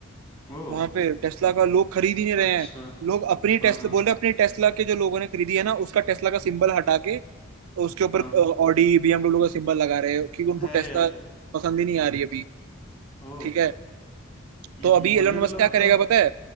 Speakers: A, on the left; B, on the right.
A: ओ
B: वहां पे टेस्ला का लोग खरीद ही नहीं रहे
A: अच्छा
B: हैं लोग अपनी टेस्ला
A: हाँ हाँ
B: बोल रहे हैं, अपनी टेस्ला के जो लोगों ने खरीदी है ना उसका टेस्ला का सिंबल हटा के उसके ऊपर
A: हाँ
B: ऑडी बीएमडब्ल्यू का सिंबल लगा रहे हैं क्योंकि उनको
A: अरे
B: टेस्ला
A: यार
B: पसंद ही नहीं आ रही अभी
A: ओ
B: ठीक है
A: हम्म
B: तो
A: हम्म,
B: अभी
A: मुझे
B: एलोन मस्क
A: तो लगा
B: क्या करेगा
A: था
B: पता है